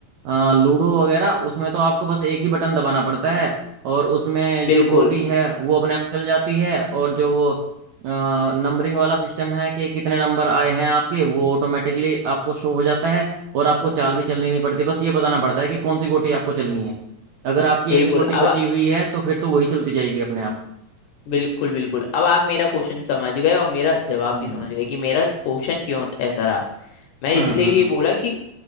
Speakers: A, on the right; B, on the left.
A: अ, लूडो वगैरह उसमें तो आपको बस एक ही बटन दबाना पड़ता है और उसमें
B: बिल्कुल
A: जो गोटी है वो अपने आप चल जाती है और जो वो नंबरिंग वाला सिस्टम है कि कितने नंबर आए हैं आपके वो ऑटोमेटिकली आपको शो हो जाता है और आपको चाल भी चलनी नहीं पड़ती बस ये बताना पड़ता है कि कौन सी गोटी आपको चलनी है अगर आपकी
B: बिल्कुल
A: एक ही गोटी
B: अब
A: बची हुई है तो फिर तो वही चलती जाएगी अपने आप
B: बिल्कुल बिल्कुल अब आप मेरा क्वेश्चन समझ गए और मेरा जवाब
A: हम्म
B: भी समझ गए कि मेरा क्वेश्चन क्यों ऐसा रहा मैं
A: हम्म
B: इसलिए ये बोला कि